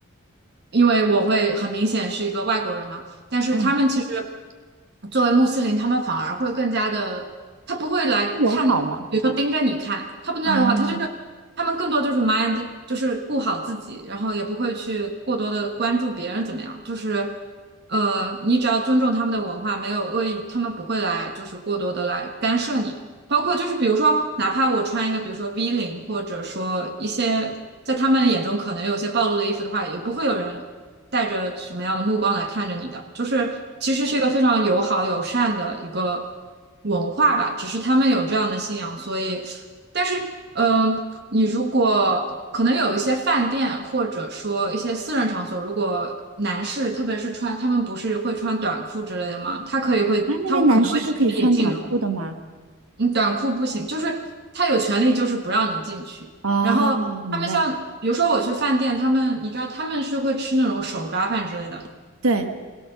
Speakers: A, on the right; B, on the right.
A: 因为我会很明显是一个外国人嘛。但是他们其实
B: 嗯，
A: 作为穆斯林，他们反而会更加的，他不会来看，
B: 友好嘛。
A: 比如说盯着你看，他不那样的话，
B: 啊
A: 他就是他们更多就是 mind，就是顾好自己，然后也不会去过多的关注别人怎么样，就是呃，你只要尊重他们的文化，没有恶意，他们不会来就是过多的来干涉你。包括就是比如说，哪怕我穿一个比如说 V 领，或者说一些在他们眼中可能有些暴露的衣服的话，也不会有人带着什么样的目光来看着你的，就是其实是一个非常友好友善的一个文化吧，只是他们有这样的信仰，所以，但是，嗯、你如果可能有一些饭店或者说一些私人场所，如果男士特别是穿，他们不是会穿短裤之类的吗？他可以会，
B: 啊，那边男士是可以穿短裤的吗？
A: 他可能会禁止你进入，你短裤不行，就是他有权利就是不让你进去，
B: 哦，
A: 然后。
B: 明白，
A: 他们像，比如说我去饭店，他们你知道他们是会吃那种手抓饭之类的，
B: 对